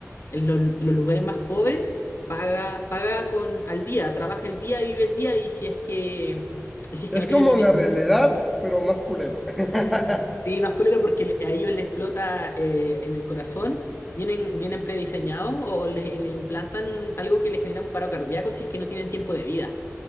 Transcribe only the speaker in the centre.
es
como
la realidad, pero más culero. <laughs>